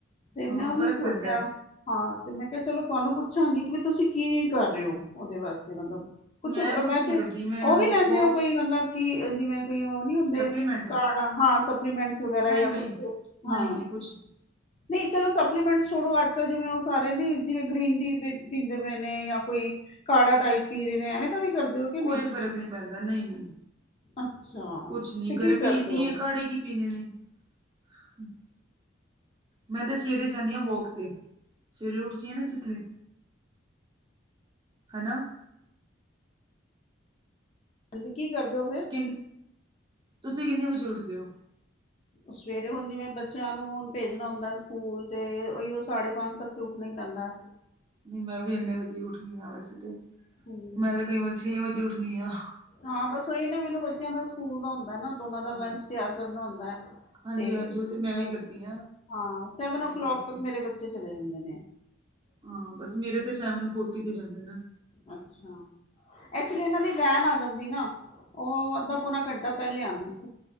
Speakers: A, on the left; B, on the right.
A: ਤੇ
B: ਹਾਂ
A: ਮੈਂ ਉਹੀ
B: ਫ਼ਰਕ
A: ਸੋਚਿਆ
B: ਪੈਂਦਾ ਹੈ।
A: ਹਾਂ ਤੇ ਮੈਂ ਕਿਹਾ ਚਲੋ ਤੁਹਾਨੂੰ ਪੁੱਛਾਂਗੀ ਕਿ ਵੀ ਤੁਸੀਂ ਕੀ ਕਰ ਰਹੇ ਹੋ ਉਹਦੇ ਵਾਸਤੇ ਮਤਲਬ ਕੁਛ
B: ਮੈਂ
A: ਵੈਸੇ
B: ਨਹੀਂ ਕਰਦੀ ਮੈਂ
A: ਉਹ ਵੀ ਲੈਂਦੇ
B: ਵੋਕ
A: ਹੋ ਕੋਈ ਮਤਲਬ ਕਿ ਜਿਵੇਂ ਕੋ ਉਹ ਨੀ ਹੁੰਦੇ
B: ਸਪਲੀਮੈਂਟ
A: ਕਾਰਡ ਹਾਂ ਸਪਲੀਮੈਂਟਸ ਵਗੈਰਾ
B: ਨਹੀਂ
A: ਜਾਂ
B: ਨਹੀਂ
A: ਕੁਛ
B: ਨਹੀਂ
A: ਹਾਂ
B: ਨਹੀਂ ਕੁਛ ਨੀ।
A: ਨਹੀਂ ਚਲੋ ਸਪਲੀਮੈਂਟ ਛੋੜੋ ਅੱਜ ਕੱਲ੍ਹ ਜਿਵੇਂ ਉਹ ਸਾਰੇ ਨੀ ਜਿਵੇਂ ਗ੍ਰੀਨ ਟੀ ਪੀਂਦੇ ਪਏ ਨੇ ਜਾਂ ਕੋਈ ਕਾੜਾ ਟਾਈਪ ਪੀ ਰਹੇ ਨੇ ਐਵੇਂ ਤਾਂ ਵੀ ਕਰਦੇ ਹੋ ਕਿ
B: ਕੋਈ ਫਰਕ ਨਹੀਂ ਪੈਂਦਾ ਨਹੀਂ ਨਹੀਂ
A: ਅੱਛਾ
B: ਕੁਛ ਨੀ
A: ਤੇ ਕੀ
B: ਗਰਮੀ
A: ਕਰਦੇ
B: ਇੰਨੀ
A: ਹੋ
B: ਹੈ ਕਾੜੇ ਕੀ ਪੀਣੇ ਨੇ ਹ <unintelligible> ਮੈਂ ਤਾਂ ਸਵੇਰੇ ਜਾਂਦੀ ਹਾਂ ਵੋਕ ਤੇ, ਸਵੇਰੇ ਉੱਠਦੀ ਹਾਂ ਨਾ ਜਿਸ ਲਈ। ਹਨਾ।
A: ਹਾਂਜੀ, ਕੀ ਕਰਦੇ ਹੋ ਫੇਰ?
B: ਕਿੰਨ ਤੁਸੀਂ ਕਿੰਨੇ ਵਜੇ ਉੱਠਦੇ ਹੋ।
A: ਸਵੇਰੇ ਹੁਣ ਜਿਵੇਂ ਬੱਚਿਆਂ ਨੂੰ ਹੁਣ ਭੇਜਣਾ ਹੁੰਦਾ ਸਕੂਲ, ਤੇ ਉਹੀਓ ਸਾਢੇ ਪੰਜ ਤੱਕ ਤੇ ਉੱਠਣਾ ਹੀ ਪੈਂਦਾ।
B: ਨਹੀਂ ਮੈਂ ਵੀ ਇੰਨੇ ਵਜੇ ਉੱਠਣੀ ਆ ਵੈਸੇ ਤੇ,
A: ਹਮ,
B: ਮੈਂ ਤੇ ਕਈ ਵਾਰੀ ਛੇ ਵਜੇ ਉੱਠਣੀ ਆ।
A: ਹਾਂ ਬਸ, ਉਹੀ ਨਾ ਮੈਨੂੰ ਬੱਚਿਆਂ ਦਾ ਸਕੂਲ ਦਾ ਹੁੰਦਾ ਨਾ, ਦੋਨਾਂ
B: ਹਾਂ
A: ਦਾ ਲੰਚ ਤਿਆਰ ਕਰਨਾ ਹੁੰਦਾ।
B: ਹਾਂਜੀ
A: ਤੇ
B: ਹਾਂਜੀ
A: <inaudible>
B: ਉਹ ਤੇ ਮੈਂ ਵੀ
A: ਹਾਂ,
B: ਕਰਦੀ
A: ਸੈਵਨ
B: ਹਾਂ
A: ਓ ਕਲੋਕ
B: ਬਸ
A: ਤੱਕ ਮੇਰੇ ਬੱਚੇ ਚਲੇ ਜਾਂਦੇ ਨੇ।
B: ਹਾਂ ਬਸ, ਮੇਰੇ ਤੇ ਸੈਵਨ ਫੋਰਟੀ ਤੇ ਜਾਂਦੇ ਨੇ।
A: ਅੱਛਾ, ਐਕਚੁਲੀ ਇਹਨਾਂ ਦੀ ਵੈਨ ਆ ਜਾਂਦੀ ਨਾ, ਉਹ ਅੱਧਾ ਪੌਣਾ ਘੰਟਾ ਪਹਿਲੇ ਆਂਦੀ ਸੀ।